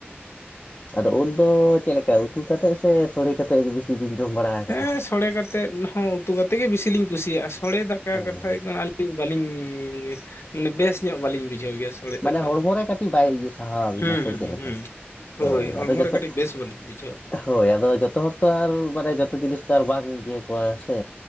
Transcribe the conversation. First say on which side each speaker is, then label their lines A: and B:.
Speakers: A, on the left; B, on the left.
A: ᱟᱫᱚ ᱩᱫ ᱫᱚ ᱪᱮᱫ ᱞᱮᱠᱟ ᱩᱛᱩ ᱠᱟᱛᱮᱫ ᱥᱮ ᱥᱚᱲᱮ ᱠᱟᱛᱮᱫ ᱵᱤᱥᱤ ᱵᱤᱱ ᱡᱚᱢ ᱵᱟᱲᱟ ᱟᱠᱟᱜᱼᱟ?
B: ᱦᱮᱸ ᱥᱚᱲᱮ ᱠᱟᱛᱮᱫ ᱦᱚᱸ ᱩᱛᱩ ᱠᱟᱛᱮ ᱜᱮ ᱵᱤᱥᱤᱞᱤᱧ ᱠᱩᱥᱤᱭᱟᱜᱼᱟ ᱥᱚᱲᱮ ᱫᱟᱠᱟ
A: ᱦᱳᱭ
B: ᱠᱟᱛᱷᱟ ᱦᱩᱭᱩᱜ ᱠᱟᱱᱟ ᱟᱞ ᱤᱧ ᱵᱟᱞᱤᱧ, ᱢᱟᱱᱮ ᱵᱮᱥ ᱧᱚᱜ ᱵᱟᱞᱤᱧ ᱵᱩᱡᱷᱟᱹᱣ ᱜᱮᱭᱟ᱾ ᱥᱚᱲᱮ
A: ᱢᱟᱱᱮ
B: ᱫᱟᱠᱟ
A: ᱦᱚᱲᱢᱚ
B: ᱫᱚ
A: ᱨᱮ ᱠᱟᱹᱴᱤᱡ ᱵᱟᱭ ᱤᱭᱟᱹ ᱥᱟᱦᱟᱣ ᱵᱮᱱᱟ
B: ᱦᱩᱸ
A: ᱥᱮ
B: ᱦᱩᱸ
A: ᱪᱮᱫ ᱞᱮᱠᱟ?
B: ᱦᱩᱸ
A: ᱦᱳᱭ
B: ᱦᱚᱲᱢᱚ
A: ᱟᱫᱚ ᱡᱚᱛᱚ
B: ᱨᱮ ᱠᱟᱹᱴᱤᱡ ᱵᱮᱥ ᱵᱟᱹᱞᱤᱧ ᱵᱩᱡᱷᱟᱹᱣᱟ
A: ᱦᱳᱭ ᱟᱫᱚ ᱡᱚᱛᱚ ᱦᱚᱲ ᱛᱚ ᱟᱨ ᱢᱟᱱᱮ ᱡᱚᱛᱚ ᱡᱤᱱᱤᱥ ᱛᱚ ᱟᱨ ᱵᱟᱝ ᱤᱭᱟᱹ ᱠᱚᱣᱟ ᱥᱮ,